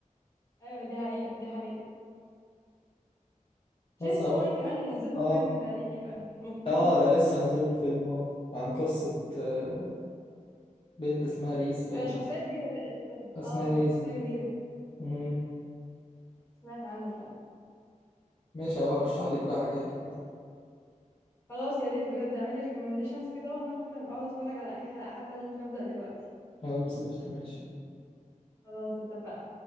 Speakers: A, on the left; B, on the left.
A: ايوه دي حقيقه دي حقيقه تشينسو
B: بس اروح
A: مان كمان نزل له
B: اه
A: فيلم تقريبا المفروض
B: اه ده لسه نازل له فيلم اه عن قصة آه، بنت اسمها ريز باين
A: آه، شخصية جديدة تقريبا
B: اسمها
A: اه
B: ريز
A: شخصية
B: دي
A: جديدة
B: مم.
A: سمعت عنه فعلا
B: ماشي هبقى ارشح لك بقى حاجات كده
A: خلاص يا ريت بجد اعملي ريكومنديشنز كده وانا ممكن ابقى اقعد اتفرج على اي حلقة حتى ممكن ابدأ دلوقتي
B: خلاص قشطة ماشي
A: خلاص اتفقنا